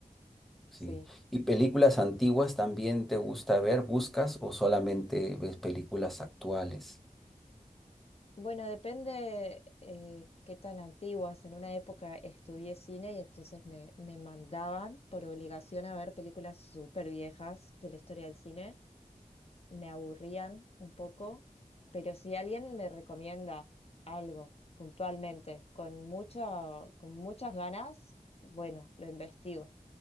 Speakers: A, in the centre; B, on the left.
A: sí.
B: sí.
A: ¿Y películas antiguas también te gusta ver, buscas o solamente ves películas actuales?
B: Bueno, depende eh, qué tan antiguas. En una época estudié cine y entonces me, me mandaban por obligación a ver películas súper viejas de la historia del cine me aburrían un poco, pero si alguien me recomienda algo puntualmente, con mucha, con muchas ganas, bueno, lo investigo.